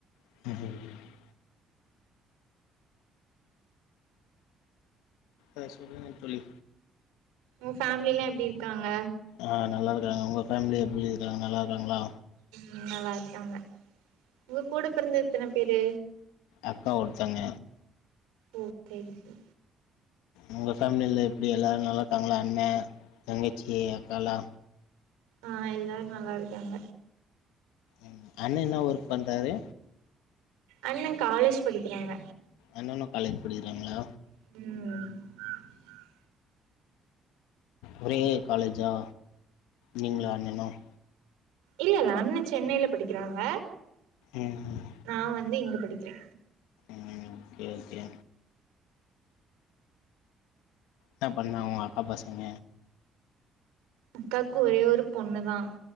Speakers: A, on the left; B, on the right.
A: ம் ஆ சொல்லுங்கள் தோழி
B: உ ஃபேம்லிலா எப்டி இருக்காங்க
A: ஆ நல்லா இருக்காங்க உங்க ஃபேம்லி எப்டி இருக்காங்க நல்லா இருக்காங்ளா
B: ம் நல்லா இருக்காங்க உங்க கூட பிறந்தது எத்தன பேரு
A: அக்கா ஒருத்தங்க
B: ஓ செரி செரி
A: உங்க ஃபேம்லில எப்டி எல்லாரு நல்லாருக்காங்ளா அண்ண தங்கச்சி அக்காலா
B: ஆ எல்லாரு நல்லா இருக்காங்க
A: ம் அண்ணே என்ன ஒர்க் பண்றாரு
B: அண்ணே காலேஜ் படிக்கிறாங்க
A: அண்ணனு காலேஜ் படிக்கிறாங்ளா
B: உம்
A: ஒரே காலேஜா நீங்களு அண்ணனும்
B: இல்லல அண்ண சென்னையில படிக்கிறாங்க
A: ம் உம்
B: நா வந்து இங்க படிக்கிறே
A: ம் ஓகே ஓகே என்ன பண்ணாங்க உங்க அக்கா பசங்க
B: அக்காக்கு ஒரே ஒரு பொண்ணு தா